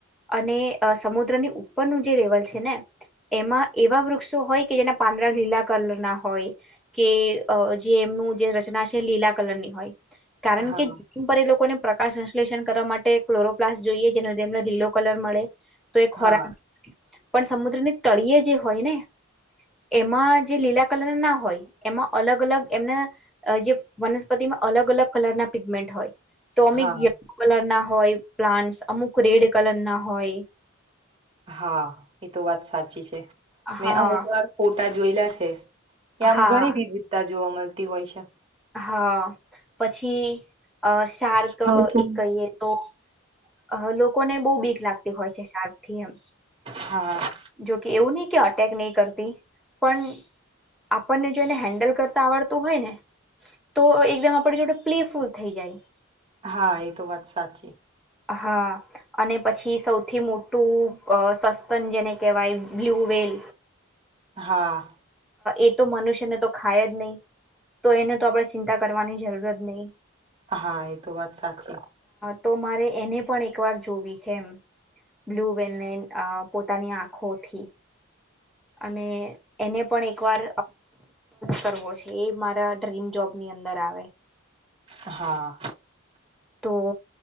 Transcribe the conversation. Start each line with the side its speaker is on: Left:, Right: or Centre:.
Centre: અને સમુદ્રની ઉપરનું જે લેવલ છે ને એમાં એવા વૃક્ષો હોય કે જેના પાંદડા લીલા કલર ના હોય કે જે એમનું જે રચના છે લીલા કલર ની હોય કારણ
Right: હા
Centre: કે જન પર એ લોકોને પ્રકાશ સંશ્લેષણ કરવા માટે ક્લોરો પ્લાસ જોઈએ જેનો તેમને લીલો કલર મળે તો એ ખોરાક
Right: હા
Centre: પણ સમુદ્રની તળિયે જે હોય ને એમાં જે લીલા કલર ના હોય એમાં અલગ અલગ એમના જે વનસ્પતિ અલગ અલગ કલર ના પિગમેન્ટ હોય તો અમેક
Right: હા
Centre: યલો કલર ના હોય પ્લાન્ટસ અમુક રેડ કલર ના હોય
Right: હા એતો વાત સાચી છે
Centre: હા
Right: મેં અમુક વાર ફોટા જોયેલા છે કે આમ
Centre: હા
Right: ઘણી વિવિધતા જોવા મળતી હોય છે
Centre: હા પછી અ શાર્ક
Right: છે
Centre: એક કઈએ તો અ લોકોને બહુ બીક લાગતી હોય છે શાર્ક થી એમ
Right: હા
Centre: જોકે એવું નહી કે અટેક નહી કરતી પણ આપણને જેને હેન્ડલ કરતા આવડતું હોય ને તો એકદમ આપણે જોડ પ્લેફુલ થઈ જાય
Right: હા એ તો વાત સાચી
Centre: હા અને પછી સૌથી મોટું સસ્તન જેને કહેવાય બ્લુ પૂવેલ
Right: હા
Centre: એ તો મનુષ્યને તો ખાય જ નહી તો એને તો આપણે ચિંતા કરવાની જરૂર જ નહીિ
Right: હા એ તો વાત સાચી
Centre: તો મારે એને પણ એક વાર જોવી છે એમ બ્લુ વલને અ પોતાની આંખોથી અને એને પણ એક વાર કરવો છે એ મારા ડ્રીમ જોબની અંદર આવે
Right: હા
Centre: તો